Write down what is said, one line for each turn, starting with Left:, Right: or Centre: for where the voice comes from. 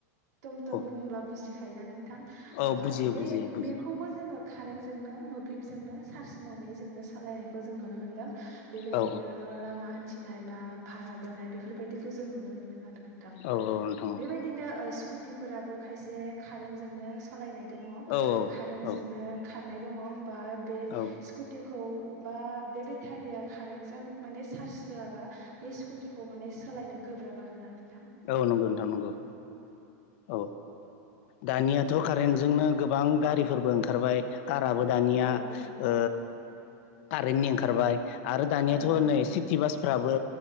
Right: टम टम
Left: औ
Right: बुंब्ला बुजि खायोना नोंथां
Left: औ बुजियो
Right: बे
Left: बुजियो बुजियो
Right: बेखौ जोंङो कारेन्ट जोंनो मोब्लिब जोंनो सार्स होनानै जोंङो सालायनायखौ जों नुनो मोनदों।
Left: औ
Right: बिदिनो लामा हान्थिनाय बा भारा बोनाय बेफोरबायदिखौ जों नुनो मोनदों आरो। नोंथां
Left: औ औ नोंथां
Right: बेबायदिनो स्कुटिफोराबो खायसे कारेन्टजोंनो सालायनाय दङ
Left: औ औ
Right: कारेन्टजोंनो
Left: औ
Right: खारनाय दङ बा बे
Left: औ
Right: स्कु टिखौ बा बे बेटारिया कारेन्ट जों माने चार्ज होआबा बे स्कुटिखौ माने सोलायनो गोब्राब आरोना नोंथां‌।
Left: औ नंगौ नोंथां नंगौ औ दानियाथ' कारेन्टजोंनो गोबां गारिफोरबो ओंखारबाय काराबो दानिया
Right: औ
Left: ओ कारेन्टनि ओंखारबाय आरो दानियाथ'
Right: औ
Left: नै सिटि बासफ्राबो